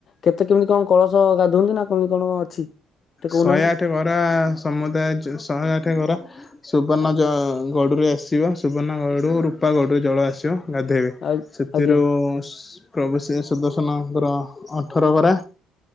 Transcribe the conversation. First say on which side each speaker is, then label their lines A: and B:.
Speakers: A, on the left; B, on the left.
A: କେତେ କେମି, କଣ କଳସ ଗାଧୁଆନ୍ତି ନା କେମି କଣ ଅଛି? ଟିକେ କହୁନାହାନ୍ତି
B: ଶହେ ଆଠ ଗରା, ସମୁଦାୟ ଚ, ଶହେ ଆଠ ଗରା। ସୁବର୍ଣ୍ଣ ଜ, ଗଡ଼ୁରେ ଆସିବ। ସୁବର୍ଣ୍ଣ ଗଡୁ ରୂପା ଗଡୁ ଜଳ ଆସିବ। ଗାଧୋଇବେ।
A: ଆ
B: ସେଥିରୁ
A: ଆଜ୍ଞା
B: ସ, ପ୍ରଭୁ ସେ ସୁଦ ସନଙ୍କର, ଅଠର ଗରା,